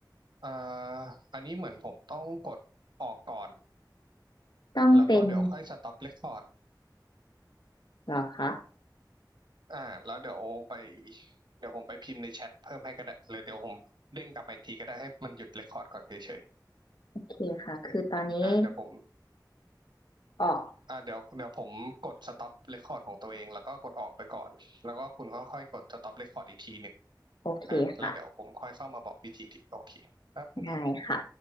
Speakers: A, on the right; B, on the left.
A: อ่าอันนี้เหมือนผมต้องกดออกก่อน
B: ต้องเป็น
A: แล้วก็เดี๋ยวค่อยสต็อปเรคคอร์ด
B: เหรอคะ
A: อ่าแล้วเดี๋ยวไปเดี๋ยวผมไปพิมพ์ในแชทเพิ่มให้ก็ได้เลยเดี๋ยวผมเด้งกลับมาอีกทีก็ได้ให้มันหยุดเรคคอร์ดก่อนเฉย
B: โอเคค่ะคือตอนนี้
A: ๆอ่าเดี๋ยวผม
B: ออก
A: อ่าเดี๋ยวเดี๋ยวผมกดสต็อปเรคคอร์ดของตัวเองแล้วก็กดออกไปก่อนแล้วก็คุณก็ค่อยกดสต็อปเรคคอร์ดอีกทีหนึ่ง
B: โอเคค่ะ
A: อ่าแล้วเดี๋ยวผมค่อยเข้ามาบอกวิธีที่โอเคครับ
B: ได้ค่ะ